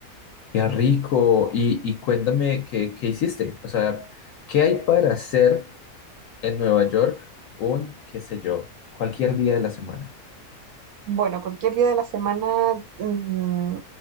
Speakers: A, on the left; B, on the right.
A: Qué rico. Y, y cuéntame, ¿qué, qué hiciste? O sea, ¿qué hay para hacer en Nueva York un, qué sé yo, cualquier día de la semana?
B: Bueno, cualquier día de la semana mm,